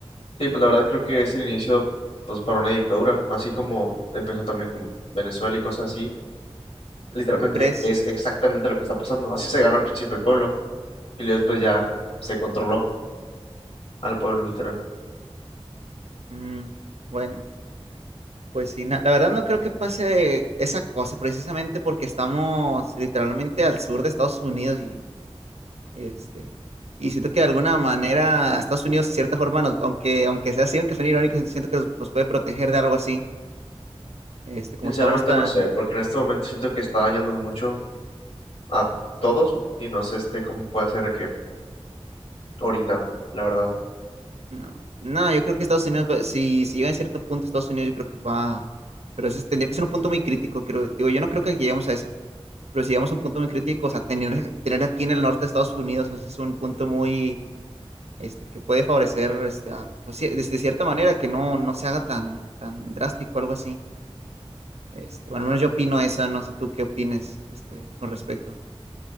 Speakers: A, on the left; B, on the right.
A: Sí, pues la verdad creo que es el inicio, pues, para una dictadura, así como empezó también con Venezuela y cosas así. Literalmente
B: ¿Tú crees?
A: es exactamente lo que está pasando. Así se ganó al principio el pueblo y luego después ya se controló al pueblo, literal.
B: Mm, bueno, pues sí, na- la verdad no creo que pase esa cosa, precisamente porque estamos literalmente al sur de Estados Unidos y Este, y siento que de alguna manera Estados Unidos, de cierta forma, nos- aunque, aunque sea así, aunque suene irónico, siento siento que nos, nos puede proteger de algo así. Este, como
A: Sinceramente
B: estamos tan...
A: no sé, porque en este momento siento que está dañando mucho a todos y no sé este cómo puede ser que ahorita, la verdad.
B: No, no, yo creo que Estados Unidos, va- si, si llega a cierto punto Estados Unidos, yo creo que va... Pero eso tendría que ser un punto muy crítico. Creo, digo, yo no creo que lleguemos a eso. Pero si llegamos a un punto muy crítico, o sea, tener, tener aquí en el norte de Estados Unidos, o sea, es un punto muy... Este, que puede favorecer, este, a- pues, sí, de, de cierta manera, que no, no se haga tan, tan drástico, algo así. Este, bueno, al menos yo opino eso, no sé tú qué opines este, con respecto.